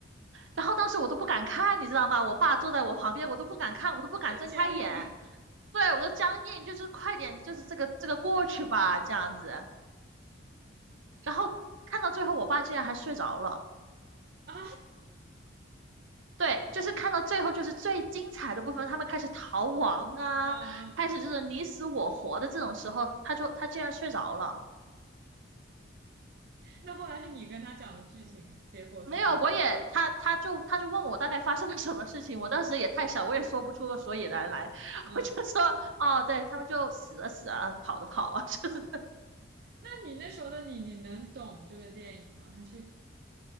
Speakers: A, on the right (about 80°); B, on the right (about 50°).
A: 然后当时我都不敢看，你知道吗？我爸坐在我旁边，我都不敢看，我都不敢睁开眼。
B: <laughs> 僵硬
A: 对，我都僵硬，就是快点，就是这个这个过去吧，这样子。然后看到最后，我爸竟然还睡着了。
B: 啊
A: 对，就是看到最后，就是最精彩的部分，他们开始逃亡啊，
B: 啊！
A: 开始就是你死我活的这种时候，他就他竟然睡着了。
B: 那后来是你跟他讲的剧情，结果是什么吗？
A: 没有，我也他他就他就问我大概发生了什么事情，我当时也太小，我也说不出个所以然来，<laughs>
B: 嗯，
A: 我就说哦，对他们就死了死啊，跑的跑啊，<laughs> 就是
B: 那你那时候的你，你能懂这个电影吗？还是